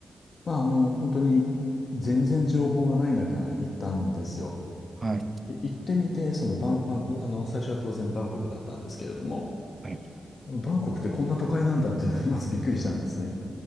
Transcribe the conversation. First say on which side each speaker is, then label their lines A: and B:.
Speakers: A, on the left; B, on the right.
A: まあ、あの、本当に全然情報がない中行ったんですよ。
B: あ、はい。
A: で行ってみて、そのバン、まあ、あの、最初は当然バンコクだったんですけれども、
B: はい。
A: バンコクってこんな都会なんだっていうのにまずびっくりしたんですね